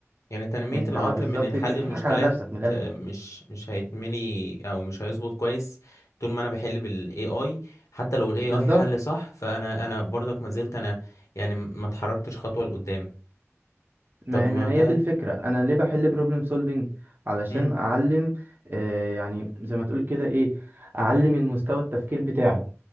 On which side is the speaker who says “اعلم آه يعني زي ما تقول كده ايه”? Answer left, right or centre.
Right